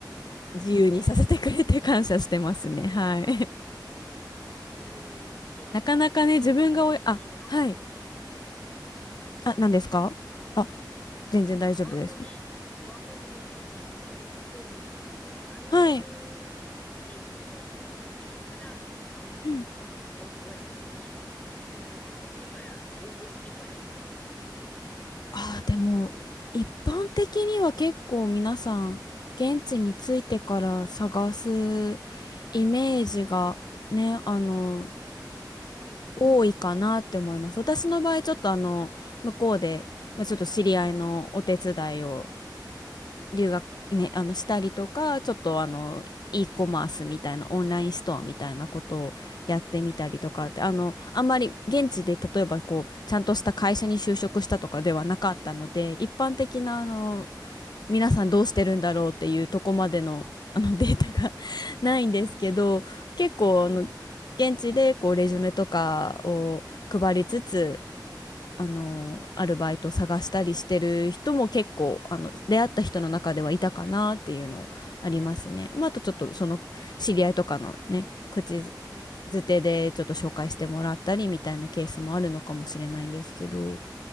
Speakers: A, on the left (about 15°); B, on the left (about 65°).
A: <laughs>
B: 自由にさせてくれて感謝してますねはい
A: えーえ、
B: <laughs> なかなかね自分がおいあはい
A: ちなみになんか私は、あ、どうぞどうぞ。
B: あ何ですかあ
A: あ、
B: 全然大丈夫です
A: なんか、ワーホリ、ワーホリについてめっちゃ疎いんですけど、ああいう
B: はい
A: で向こうについてから、その仕事を探し始めるんですかそれともなんかこっちから応募してから行くもんなんですか
B: うんああ、でも、一般的には結構皆さん、現地に着いてから探すイメージがね、あの、
A: はい。
B: 多いかなって思います。私の場合、ちょっとあの、向こうで、まあ、ちょっと知り合いのお手伝いを留学ね、あのしたりとか、ちょっとあの、e コマースみたいなオンラインストアみたいなことをやってみたりとかってあのあんまり現地で例えばこうちゃんとした会社に就職したとかではなかったので一般的なあの
A: うん
B: 皆さんどうしてるんだろうっていうとこまでの、あのデータが <laughs> ないんですけど結構あの
A: はい。
B: 現地でこうレジュメとかを配りつつあのアルバイト探したりしてる人も結構あの出会った人の中ではいたかなっていうのありますね。まあ、あとちょっとその知り合いとかのね口
A: はい。
B: づてでちょっと紹介してもらったりみたいなケースもあるのかもしれないんですけど、